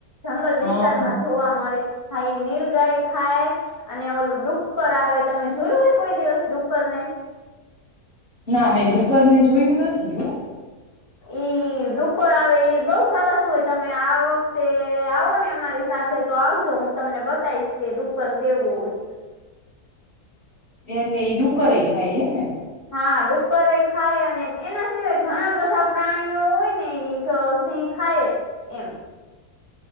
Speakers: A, on the left; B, on the left.
A: જંગલ
B: હ
A: વિસ્તારમાં જોવા મળે હાઈ નીલ ગાય ખાય અને ઓલું ડુક્કર આવે તમે જોયું હે કોઈ દિવસ ડુક્કર ને
B: ના મેં ડુકરને જોયું નથી હો
A: ઈ ડુક્કર આવે ઈ બોઉ સરસ હોય તમે આ વખતે આવો ને અમારી સાથે તો આવજો હું તમને બતાવીશ કે ડુક્કર કેવું હોય
B: એ એટલે ઈ ડુકર એ ખાય એમ ને
A: હા ડુક્કર એ ખાય અને એના સિવાય ઘણા બધા પ્રાણીઓ હોય ને એ સિહ ખાય એમ